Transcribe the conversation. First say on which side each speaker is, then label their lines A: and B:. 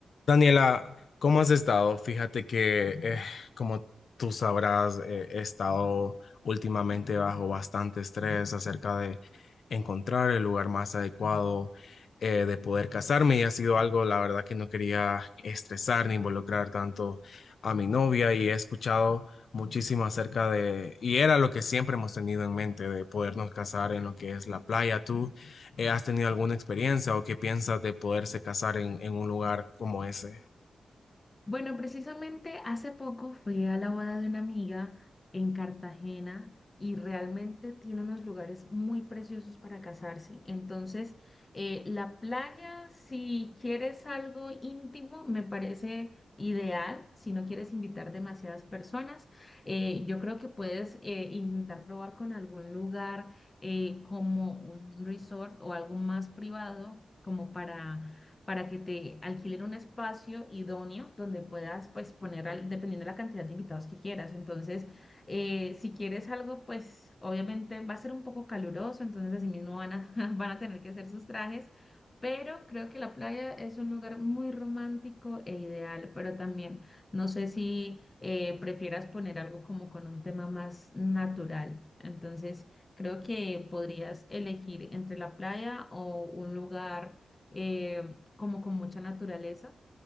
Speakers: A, on the left; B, on the left.
A: Daniela, ¿cómo has estado? Fíjate que, eh, como tú sabrás, eh, he estado últimamente bajo bastante estrés acerca de encontrar el lugar más adecuado eh, de poder casarme y ha sido algo, la verdad, que no quería estresar ni involucrar tanto a mi novia y he escuchado muchísimo acerca de, y era lo que siempre hemos tenido en mente, de podernos casar en lo que es la playa. ¿Tú? eh, ¿has tenido alguna experiencia o qué piensas de poderse casar en, en un lugar como ese?
B: Bueno, precisamente hace poco fui a la boda de una amiga en Cartagena y realmente tiene unos lugares muy preciosos para casarse. Entonces, eh, la playa, si quieres algo íntimo, me parece ideal. Si no quieres invitar demasiadas personas, Eh, yo creo que puedes eh, intentar probar con algún lugar eh, como un resort o algo más privado, como para para que te alquilen un espacio idóneo donde puedas pues poner, al- dependiendo de la cantidad de invitados que quieras. Entonces, eh, si quieres algo, pues obviamente va a ser un poco caluroso, entonces así mismo van a, <laughs> van a tener que hacer sus trajes, pero creo que la playa es un lugar muy romántico e ideal, pero también no sé si eh, prefieras poner algo como con un tema más natural. Entonces, creo que podrías elegir entre la playa o un lugar eh, como con mucha naturaleza.